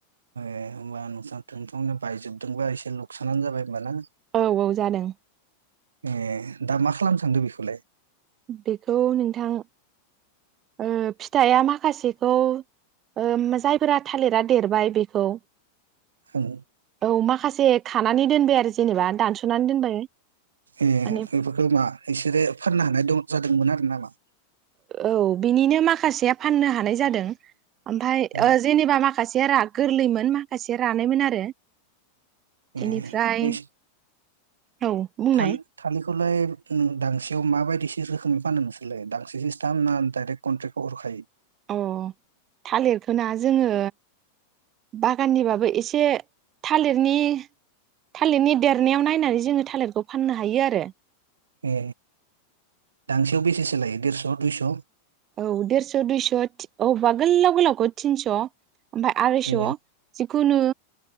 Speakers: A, on the right; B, on the right.
A: ए होनबा नोंसा थों थोंनो बायजोबदोंबा एसे लुकसानानो जाबाय होमबा ना
B: औ औ जादों
A: ए दा मा खालामनो सानदों बेखौलाय
B: बेखौ नोंथां ओ फिथाइया माखासेखौ ओ जायफोरा थालिरा देरबाय बेखौ
A: ओं
B: औ माखासे खानानै दोनबाय आरो जेनेबा दानस'नानै दोनबाय
A: ए
B: माने
A: बेफोरखौ मा बिसोरो फाननो हानाय दं जादोंमोन आरो नाला
B: औ बिनिनो माखासेया फाननो हानाय जादों ओमफाय
A: ओं
B: ओ जेनेबा माखासे जेरा गोरलैमोन माखासे रानायमोन आरो बेनिफ्राय
A: ए एस
B: औ बुंनाय
A: थान थालिर खौलाय नों दांसेयाव माबायदि से रोखोमै फानो नोंसोरलाय दांसे सिस्टाम ना डाइरेक्ट कनट्रेक्टयाव हरखायो
B: अ थालिरखौना जोङो बागाननिबाबो एसे थालिरनि थालिरनि देरनायाव नायनानै जोङो थालिरखौ फाननो हायो आरो।
A: ए दांसेयाव बेसेसो लायो देरस' दुइस'
B: औ देरस' दुइस' थि औबा गोलाव गोलावखौ थिनस' ओमफाय आरायस'
A: ए
B: जिखुनु